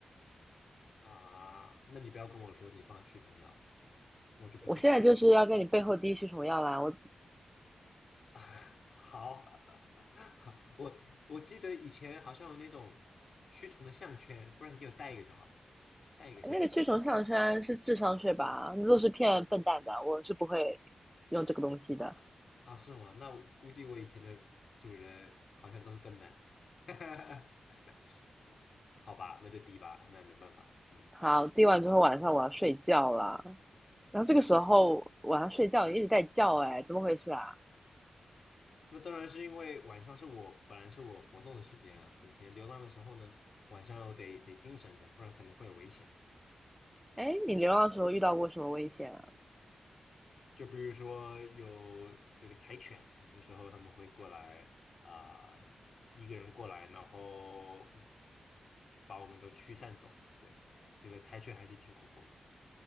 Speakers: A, on the left; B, in the centre.
A: 啊，那你不要跟我说你放驱虫药，我就不知道。
B: 我现在就是要在你背后滴驱虫药啦！我
A: <laughs> 好，<laughs> 好，我我记得以前好像有那种驱虫的项圈，不然你给我带一个就好了，带一个项圈
B: 那个驱虫项圈是智商税吧？那都是骗笨蛋的，我是不会用这个东西的。
A: 啊？是吗？那我估计我以前的主人好像都是笨蛋。<laughs> 好吧，那就低吧，那也没办法，嗯，
B: 好，滴完之后晚上我要睡觉了。然后这个时候晚上睡觉你一直在叫，哎，怎么回事啊？
A: 那当然是因为晚上是我本来是我活动的时间啊，以前流浪的时候呢，晚上我得得精神着，不然可能会有危险。
B: 哎，你流浪的时候遇到过什么危险啊
A: 就比如说有这个柴犬，有些时候他们会过来啊、一个人过来，然后把我们都驱散走了。对，这个柴犬还是挺恐怖的。